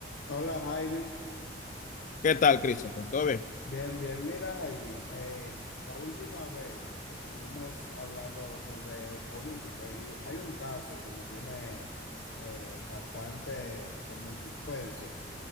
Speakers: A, on the left; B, on the left.
A: Hola Javi,
B: ¿Qué tal, Christopher? ¿Todo bien?
A: bien, bien, mira Javi, eh, la última vez estuvimos hablando sobre política y hay un caso que me tiene eh, bastante como en suspenso